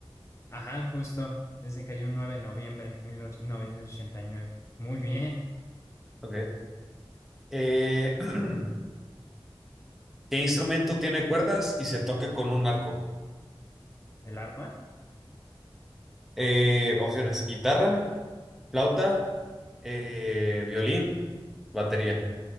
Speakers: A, on the left; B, in the centre.
A: Ajá, justo. Ese cayó un nueve de noviembre de mil novecientos ochenta y nueve Muy bien.
B: Ok. Eh, <clears throat> ¿qué instrumento tiene cuerdas y se toca con un arco?
A: ¿El arpa?
B: Eh, opciones. Guitarra, flauta, eh, violín, batería.